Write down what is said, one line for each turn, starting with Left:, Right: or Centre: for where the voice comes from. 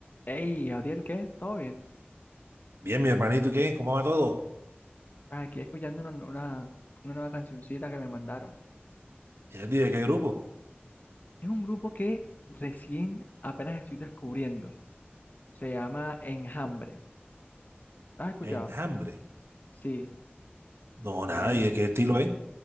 Left: Hey, Gabriel, ¿qué? ¿Todo bien?
Right: Bien, mi hermanito, ¿y ¿qué? ¿Cómo va todo?
Left: Ah, Aquí escuchando una, una, una nueva cancioncita que me mandaron.
Right: ¿Y de qué grupo?
Left: Es un grupo que recién apenas estoy descubriendo. Se llama Enjambre. ¿Lo has escuchado?
Right: Enjambre.
Left: Sí,
Right: No, nada,
Left: tiene.
Right: ¿y de qué estilo es?